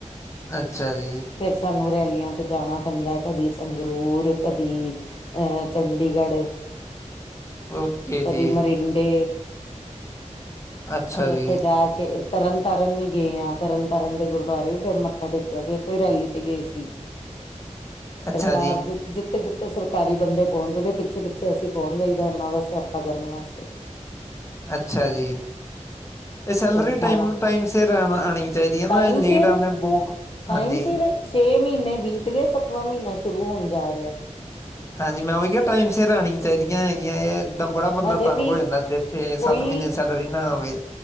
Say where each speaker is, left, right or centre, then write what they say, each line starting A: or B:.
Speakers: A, on the left; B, on the left.
A: ਅੱਛਾ ਜੀ।
B: ਫੇਰ ਸਾਨੂੰ ਰੈਲੀਆਂ ਤੇ ਜਾਨਾ ਪੈਂਦਾ। ਕਦੀ ਸੰਗਰੂਰ ਕਦੀ ਅ ਚੰਡੀਗੜ੍ਹ,
A: ਓਕੇ
B: ਕਦੀ
A: ਜੀ
B: ਮਰਿੰਡੇ
A: ਅੱਛਾ
B: ਤੇ
A: ਜੀ,
B: ਔਥੇ ਜਾ ਕੇ ਏ ਤਰਨ ਤਾਰਨ ਵੀ ਗਏ ਆਂ। ਤਰਨ ਤਾਰਨ ਦੇ ਗੁਰਦੁਆਰੇ ਵੀ ਫੇਰ ਮੱਥਾ ਟੇਕਿਆ ਸੀ। ਔਥੇ ਵੀ ਰੈਲੀ ਤੇ ਗਏ ਸੀ।
A: ਅੱਛਾ
B: ਸਰਕਾਰ
A: ਜੀ,
B: ਜੇ ਜਿੱਥੇ-ਜਿੱਥੇ ਸਰਕਾਰੀ ਬੰਦੇ ਪੌਂਚਦੇ ਪਿੱਛੇ- ਪਿੱਛੇ ਔਥੇ ਅਸੀਂ ਪਹੁੰਚ ਜਾਈਦਾ, ਓਹਨਾਂ ਦਾ ਸਿਆਪਾ ਕਰਨ ਵਾਸਤੇ।
A: ਅੱਛਾ ਜੀ ਏ ਸੈਲਰੀ
B: ਤਨਖਾਹਾਂ
A: ਟਾਈਮ ਟਾਈਮ ਸਿਰ ਆਣਾ ਆਨੀ ਚਾਈਦੀ ਏ ਨਾ।
B: ਟਾਈਮ
A: ਐ ਲੇਟ
B: ਸਿਰ
A: ਆਵੇਂ ਬੋਤ
B: ਟਾਈਮ
A: ਹਾਂਜੀ
B: ਸਿਰ ਛੇ ਮੀਨੇ ਬੀਤ ਗਏ ਸੱਤਵਾਂ ਮੀਨਾ ਸ਼ੁਰੂ ਹੋਨ ਜਾ ਰਿਆ।
A: ਹਾਂਜੀ ਮੈਂ ਔਈ ਕਿਆ ਟਾਈਮ ਸਿਰ ਆਣੀ ਚਾਹੀਦੀਆਂ ਹੈਗੀਆਂ ਐਹ ਦਮ ਬੜਾ ਬੰਦਾ
B: ਹਜੇ
A: ਤੰਗ
B: ਵੀ
A: ਹੋ ਜਾਂਦੈ ਜੇ ਛੇ ਸੱਤ
B: ਕੋਈ
A: ਮੀਨੇ ਸੈਲਰੀ ਨਾ ਆਵੇ।